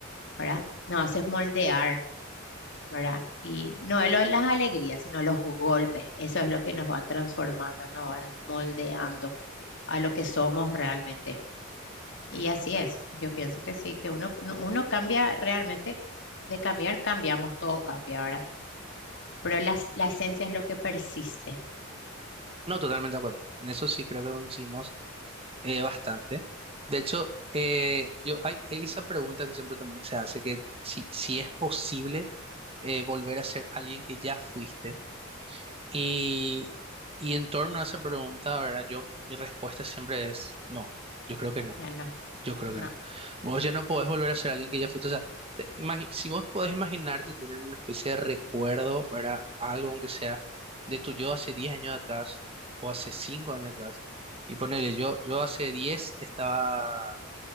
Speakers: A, on the left; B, on the right.
A: ¿verdad? Nos hacen moldear ¿verdad? Y no es lo- las alegrías, sino los golpes. Eso es lo que nos van transformando, nos van moldeando a lo que somos realmente. Y así es. Yo pienso que sí, que uno, uno cambia realmente, de cambiar, cambiamos, todo cambia, ahora Pero las, la esencia es lo que persiste.
B: No, totalmente de acuerdo. En eso sí creo que coincidimos eh, bastante. De hecho, eh, yo hay, hay esa pregunta que siempre también se hace, que si, si es posible eh, volver a ser alguien que ya fuiste. Y, y en torno a esa pregunta, ¿verdad? Yo, mi respuesta siempre es no, yo creo que no,
A: Ya no,
B: yo creo
A: no,
B: que no. Vos ya no podés volver a ser alguien que ya fuiste, o sea, te imagi- si vos podés imaginarte tener una especie de recuerdo, ¿verdad? Algo aunque sea de tu yo hace 10 años atrás o hace 5 años atrás. Y ponele, yo, yo hace 10 estaba,